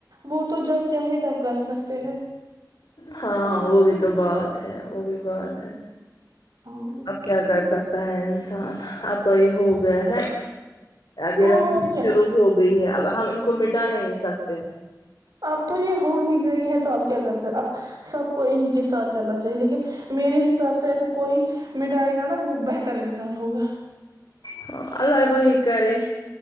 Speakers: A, on the right; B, on the left.
A: وہ تو جب چاہے تب کر سکتے ہیں
B: ہاں وہ بھی <unintelligible> تو بات ہے وہ بھی بات ہے
A: ہاں
B: اب کیا کر سکتے ہوتا ہے انسان اب تو یہ ہو گیا ہے اب یہ
A: ہاں
B: رسم
A: اور
B: بھی
A: کیا
B: شروع ہو گئی ہے اب ہم ان کو مٹا نہیں سکتے
A: اب تو یہ ہو ہی گئی ہے تو اپ کیا کر سکتے اب سب کو انیں کے ساتھ چلنا چائے لیکن میرے حساب سے اگر کوئی مٹائے گا نا وہ بہتر انسان ہوگا
B: ہ اللہ وہی کرے